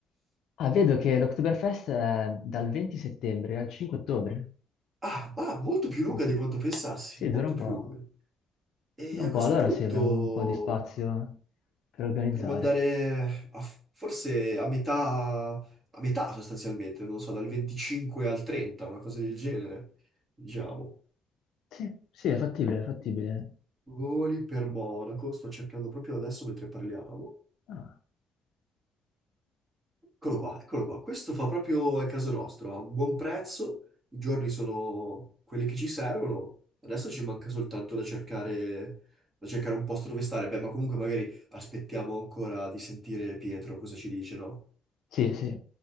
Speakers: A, on the left (about 55°); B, on the right (about 20°).
A: Ah, vedo che l'Oktoberfest è dal 20 settembre al 5 ottobre.
B: Ah, ma molto più
A: Quindi
B: lunga
A: sì.
B: di quanto pensassi,
A: Sì,
B: molto
A: dura un
B: più
A: po'.
B: lunga. E
A: Dura un
B: a questo
A: po', allora
B: punto...
A: sì, abbiamo un po' di spazio per organizzare.
B: Potremmo andare a f- forse a metà, a metà sostanzialmente, non so, dal 25 al 30, una cosa del genere, diciamo.
A: Sì, sì, è fattibile, è fattibile.
B: Voli per Monaco, sto cercando proprio adesso mentre parliamo.
A: Ah.
B: Eccolo qua, eccolo qua. Questo fa proprio a caso nostro, ha un buon prezzo, i giorni sono quelli che ci servono. Adesso ci manca soltanto da cercare, da cercare un posto dove stare. Beh, ma comunque magari aspettiamo ancora di sentire Pietro cosa ci dice, no?
A: Sì, sì.